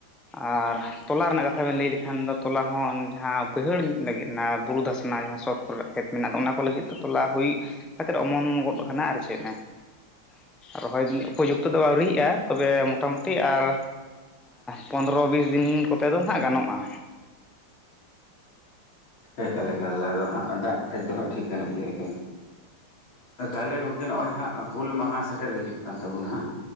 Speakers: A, in the centre; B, on the left.
A: ᱟᱨ ᱛᱚᱞᱟ ᱨᱮᱱᱟᱜ ᱠᱟᱛᱷᱟ ᱵᱮᱱ ᱞᱟᱹᱭ ᱞᱮᱠᱷᱟᱱ ᱫᱚ ᱛᱚᱞᱟ ᱦᱚᱸ ᱡᱟᱦᱟᱸ ᱵᱟᱹᱭᱦᱟᱹᱲ ᱞᱟᱹᱜᱤᱫ ᱚᱱᱟ ᱵᱩᱨᱩ ᱫᱷᱟᱥᱱᱟ ᱡᱟᱦᱟᱸ ᱥᱚᱛ ᱠᱚᱨᱮᱱᱟᱜ ᱠᱷᱮᱫ ᱢᱮᱱᱟᱜ ᱫᱚ ᱚᱱᱟ ᱠᱚ ᱞᱟᱹᱜᱤᱫ ᱫᱚ ᱛᱚᱞᱟ ᱦᱩᱭ ᱠᱷᱮᱛ ᱨᱮ ᱚᱢᱚᱱ ᱜᱚᱫ ᱟᱠᱟᱱᱟ ᱟᱨ ᱪᱮᱫ ᱨᱚᱦᱚᱭ ᱩᱯᱚ ᱡᱩᱠᱛᱚ ᱫᱚ ᱟᱹᱣᱨᱤᱡ ᱭᱟᱜ ᱛᱚ ᱵᱮ ᱢᱚᱴᱟᱢᱩᱴᱤ ᱟᱨ ᱯᱚᱱᱨᱚ ᱵᱤᱥ ᱫᱤᱱ ᱠᱚᱛᱮ ᱫᱚ ᱦᱟᱸᱜ ᱜᱟᱱᱚᱜᱼᱟ᱾
B: ᱮᱠᱟᱞ ᱮᱠᱟᱞ ᱟᱫᱚ ᱦᱟᱜ ᱫᱟᱜ ᱠᱷᱟᱡᱽ ᱫᱚ ᱦᱟᱸᱜ ᱴᱷᱤᱠ ᱜᱟᱱ ᱵᱩᱡᱷᱟᱹᱜ ᱮᱠᱮᱱ ᱛᱟᱦᱞᱮ ᱜᱚᱝᱠᱮ, ᱱᱚᱜᱼᱚᱭ ᱦᱟᱸᱜ ᱦᱩᱞ ᱢᱟᱦᱟ ᱥᱮᱴᱮᱨ ᱦᱤᱡᱩᱜ ᱠᱟᱱ ᱛᱟᱵᱳᱱᱼᱟ᱾ ᱦᱟᱜ